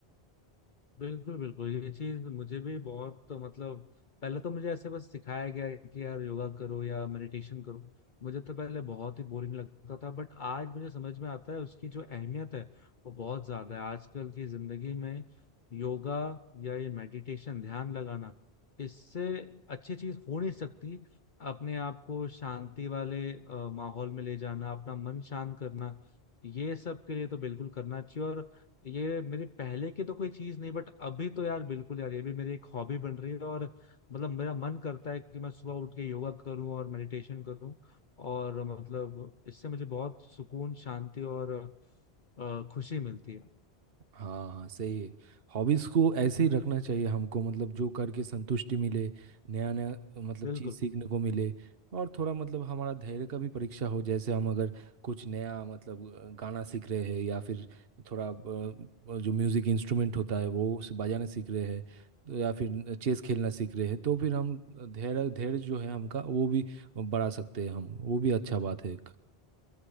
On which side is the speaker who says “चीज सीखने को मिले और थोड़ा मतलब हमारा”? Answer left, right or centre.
Right